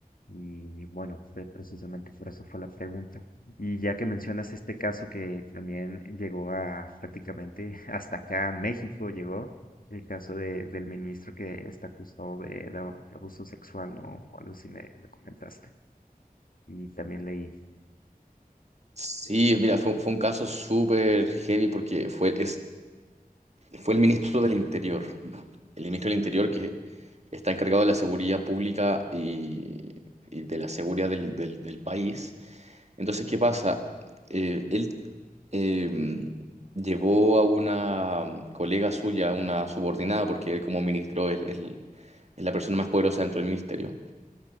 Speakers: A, on the left; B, on the right.
A: Y bueno, pre- precisamente por eso fue la pregunta. Y ya que mencionas este caso que también llegó a prácticamente <laughs> hasta acá, a México llegó, el caso de, del ministro que está acusado de, de abuso sexual, ¿no? O algo así me me comentaste. Y también leí.
B: Sí, mira, fue, fue un caso súper heavy porque fue, es, fue el ministro del Interior. El ministro del Interior que está encargado de la seguridad pública y, y de la seguridad del, del, del país. Entonces, ¿qué pasa? Eh, él em, llevó a una mm, colega suya, a una subordinada, porque él como ministro es, es- el- es la persona más poderosa dentro del ministerio.